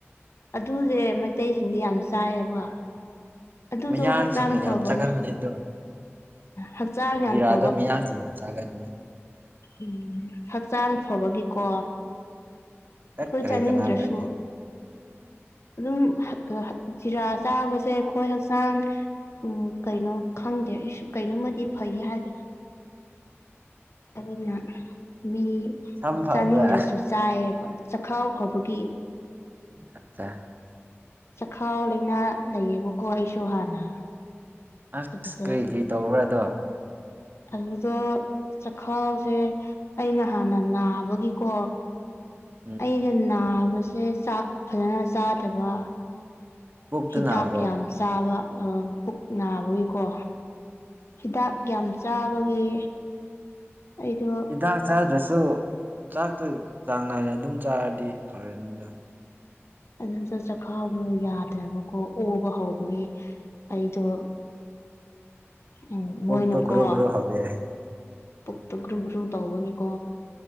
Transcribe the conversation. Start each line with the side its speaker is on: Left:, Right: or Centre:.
Left: ꯑꯗꯨꯖꯦ ꯃꯩꯇꯩꯁꯤꯡꯗꯤ ꯌꯥꯝ ꯆꯥꯏꯌꯦꯕ ꯑꯗꯨꯗꯣ
Right: ꯃꯌꯥꯡꯁꯤꯡꯅ
Left: ꯍꯛꯆꯥꯡ ꯐꯕꯅꯦ
Right: ꯌꯥꯝ ꯆꯥꯒꯟꯕꯅꯦ ꯑꯗꯣ
Left: ꯍꯛꯆꯥꯡ ꯌꯥꯝ
Right: ꯖꯤꯔꯥꯗꯣ
Left: ꯐꯕ
Right: ꯃꯤꯌꯥꯡꯁꯤꯡꯗꯤ ꯆꯥꯒꯟꯕꯅꯤ
Left: ꯎꯝ ꯍꯛꯆꯥꯡ ꯐꯕꯒꯤꯀꯣ ꯑꯩꯈꯣꯏ
Right: ꯇꯠ ꯀꯔꯤ
Left: ꯆꯥꯅꯤꯡꯗ꯭ꯔꯁꯨ
Right: ꯀꯅꯕ꯭ꯔꯅꯦ ꯗꯨꯕꯨ
Left: ꯑꯗꯨꯝ ꯖꯤꯔꯥ ꯆꯥꯕꯁꯦ ꯑꯩꯈꯣꯏ ꯍꯛꯆꯥꯡ ꯎꯝ ꯀꯩꯅꯣ ꯈꯪꯗꯦ ꯑꯩꯁꯨ ꯀꯩꯅꯣꯝꯃꯗꯤ ꯐꯩ ꯍꯥꯏꯕꯅꯤ ꯑꯗꯨꯅ ꯃꯤ
Right: ꯁꯝ ꯐꯕ꯭ꯔꯥ
Left: ꯆꯥꯅꯤꯡꯗ꯭ꯔꯁꯨ ꯆꯥꯏꯌꯦꯕ ꯆꯈꯥꯎ ꯐꯕꯒꯤ
Right: ꯑꯆꯥ
Left: ꯆꯈꯥꯎ ꯂꯩꯅꯥ ꯂꯩꯌꯦꯕꯀꯣ ꯑꯩꯁꯨ ꯍꯥꯟꯅ
Right: ꯑꯁ
Left: ꯑꯗꯨꯗ
Right: ꯀ꯭ꯔꯤ ꯀ꯭ꯔꯤ ꯇꯧꯕ꯭ꯔꯥ ꯑꯗꯣ
Left: ꯑꯗꯨꯗꯣ ꯆꯈꯥꯎꯁꯦ ꯑꯩꯅ ꯍꯥꯟꯅ ꯅꯥꯕꯒꯤꯀꯣ
Right: ꯎꯝ
Left: ꯑꯩꯩꯁꯦ ꯅꯥꯕꯁꯦ ꯆꯥꯛ ꯐꯖꯅ ꯆꯥꯗꯕ
Right: ꯄꯨꯛꯇ
Left: ꯍꯤꯗꯥꯛ
Right: ꯅꯥꯕ꯭ꯔꯣ
Left: ꯌꯥꯝ ꯆꯥꯕ ꯑ ꯄꯨꯛ ꯅꯥꯕꯒꯤꯀꯣ ꯍꯤꯗꯥꯛ ꯌꯥꯝ ꯆꯥꯕꯒꯤ ꯑꯩꯗꯣ
Right: ꯍꯤꯗꯥꯛ ꯆꯗ꯭ꯔꯁꯨ ꯆꯥꯛꯇꯨ ꯆꯥꯡ ꯅꯥꯏꯅ ꯑꯗꯨꯝ ꯆꯥꯔꯗꯤ ꯐꯔꯅꯤꯅ
Left: ꯑꯗꯨꯝ ꯆꯈꯥꯎꯗꯣ ꯌꯥꯗ꯭ꯔꯕꯀꯣ ꯑꯣꯕ ꯍꯧꯕꯒꯤ ꯑꯩꯗꯣ ꯎꯝ
Right: ꯀꯣꯛꯇꯣ
Left: ꯃꯣꯏꯅꯀꯣ
Right: ꯒ꯭ꯔꯨ ꯒ꯭ꯔꯨ ꯍꯧꯒꯠꯂꯦ
Left: ꯄꯨꯛꯇꯣ ꯒ꯭ꯔꯨ ꯒ꯭ꯔꯨ ꯇꯧꯕꯒꯤꯀꯣ